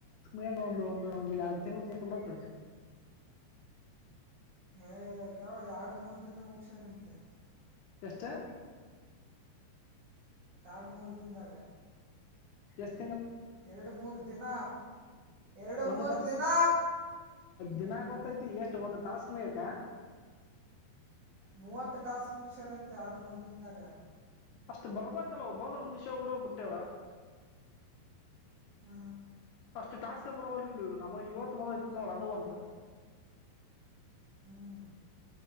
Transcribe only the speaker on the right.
ಏ ಕೆವ ಎರಡು ಮೂರ್ ದನ್ ಮುಗಸ್ಯಾರ ಅಂತೆ
ಎರಡು ಮೂರ್ ದಿನದಾಗ
ಎರಡು ಮೂರು ದಿನ ಎರಡು
ಮೂರು
ದಿನ
ಮೂವತ್ತು ಟಾಸ್ಕ್ ಮುಗಸಾರ ಅಂತೆ ಆಡ್ ಮೂರ್ ದಿನದಾಗ
ಹ್ಮ
ಹ್ಮ್